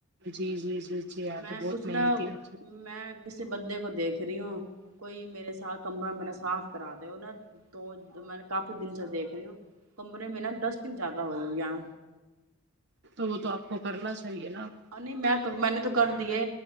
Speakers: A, on the right; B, on the right.
A: جی جی جی آپ
B: میں
A: تو بہت
B: کچھ
A: محنتی
B: نہا
A: ہیں
B: میں کسی بندے کو دیکھ د رہی ہوں کوئی میرے ساتھ کمرا میرا صاف کرا د ہوا تو میں نے کپ کچھ دن سے دیکھ رہی ہو کمرے میں نا ڈس دن زیادہ ہوئی اں
A: تو وہ تو آپ کو کرنا چاہیے نا
B: اور نہیں میں میں نے تو کر دیے